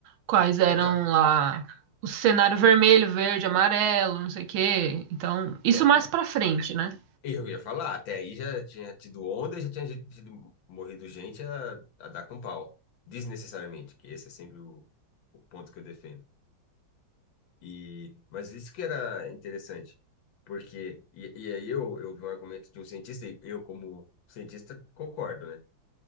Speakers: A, on the right; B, on the left.
A: quais eram
B: Então,
A: lá o cenário vermelho, verde, amarelo, não sei o quê. Então, isso
B: é,
A: mais pra frente, né?
B: Eu ia falar, até aí já tinha tido onda e já tinha gente- tido, morrido gente a, a dar com pau, desnecessariamente, que esse é sempre o, o ponto que eu defendo. E, mas isso que era interessante, porque, e, e aí eu, eu vi um argumento de um cientista, e eu, como cientista, concordo, né?